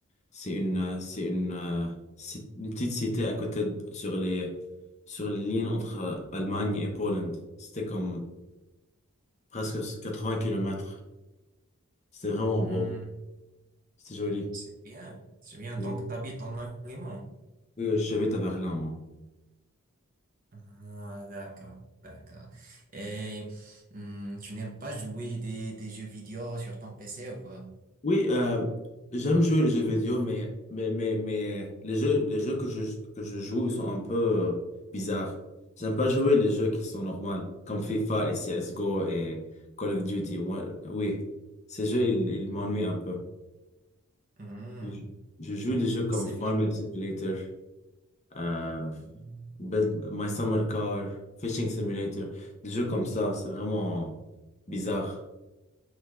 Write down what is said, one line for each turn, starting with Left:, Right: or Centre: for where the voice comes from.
Left: C'est une, euh, c'est une, euh, c'est une petite cité à côté de- sur les, sur les lignes entre euh, Allemagne et Pologne. C'était comme presque 80 kilomètres. C'était vraiment
Right: hmm,
Left: beau. C'était joli.
Right: c'est bien, c'est bien.
Left: Oui.
Right: Donc, t'habites en Allemagne.
Left: Oui, j'habite à Berlin, moi.
Right: Ah, d'accord, d'accord. Et hmm, tu n'aimes pas jouer des, des jeux vidéo sur ton PC ou quoi?
Left: Oui, euh, j'aime jouer les jeux vidéo, mais, mais, mais, mais les jeux, les jeux que je, que je joue, ils sont un peu euh, bizarres. J'aime pas jouer les jeux qui sont normaux, comme FIFA et CSGO et Call of Duty. Moi, oui, ces jeux, ils, ils m'ennuient un peu.
Right: Hmm,
Left: Je, je joue les jeux comme
Right: c'est
Left: Farming
Right: bien.
Left: Simulator, euh,
Right: Mhm,
Left: Build My Summer Car, Fishing Simulator, des jeux comme ça, c'est vraiment bizarre.